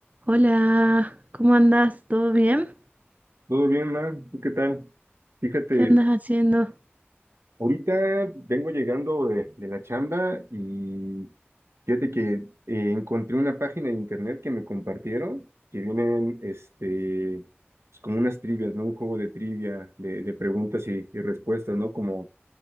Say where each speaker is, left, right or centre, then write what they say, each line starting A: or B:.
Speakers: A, on the right (about 35°); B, on the right (about 85°).
A: Hola, ¿cómo andás? ¿Todo bien?
B: Todo bien, Mar, ¿tú qué tal? Fíjate,
A: ¿Qué andas haciendo?
B: ahorita vengo llegando de, de la chamba y fíjate que eh, encontré una página de internet que me compartieron que vienen este, pues, como unas trivias, ¿no? Un juego de trivia, de, de preguntas y, y respuestas, ¿no? Como